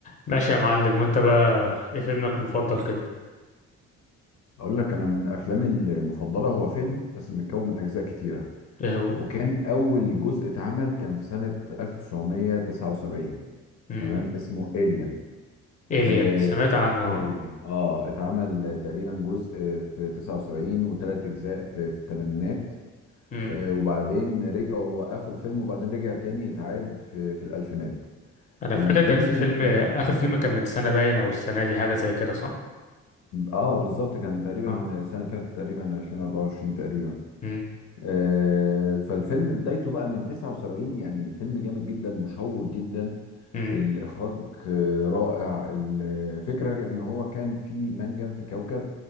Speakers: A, on the left; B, on the left.
A: ماشي يا معلم وانت بقى ايه فيلمك المفضل كده
B: اقول لك انا من افلامي المفضله هو فيلم بس متكون من اجزاء كتيره
A: ايه هو
B: وكان اول جزء اتعمل كان في سنه 1979
A: امم
B: تمام اسمه الين
A: الين
B: اه
A: سمعت عنه
B: آه، آه، اتعمل تقريبا جزء في 79 وثلاث اجزاء في في الثمانينات
A: امم
B: آه، وبعدين رجعوا وقفوا الفيلم وبعدين رجع تاني اتعاد في في الالفينات
A: انا
B: الفيلم
A: فاكر كان في فيلم اخر
B: اه,
A: فيلم كان من سنة باين او السنة دي حاجة زي كده صح
B: آه بالظبط كان تقريبا
A: اه
B: السنه اللي فاتت تقريبا 2024 تقريبا
A: امم
B: آه، فالفيلم بدايته بقى من 79 يعني الفيلم جامد جدا مشوق جدا
A: امم
B: الإخراج آه، رائع الفكرة إن هو كان في منجم في كوكب